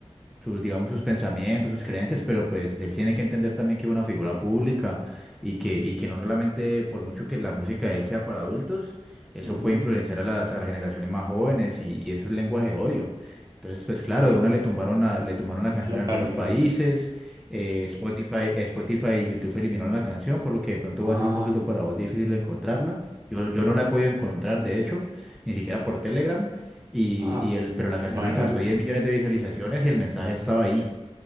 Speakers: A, in the centre; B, on the right.
A: sus, digamos, sus pensamientos, sus creencias, pero pues él tiene que entender también que es una figura pública y que, y que no solamente por mucho que la música de él sea para adultos, eso
B: ujú,
A: puede influenciar a las, a las generaciones más jóvenes y, y eso es lenguaje de odio. Entonces, pues claro,
B: ujú.
A: de una le tumbaron la, le tumbaron la canción
B: Claro,
A: en algunos
B: claro.
A: países, eh, Spotify, Spotify y YouTube eliminaron la canción, por lo que de pronto
B: Ah,
A: va a ser un poquito
B: no.
A: para vos difícil encontrarla. Yo,
B: Ujú.
A: yo no la he podido encontrar, de hecho, ni siquiera por Telegram, y,
B: Ah,
A: y el, pero la canción
B: imagínate.
A: alcanzó 10 millones de visualizaciones y el mensaje estaba ahí.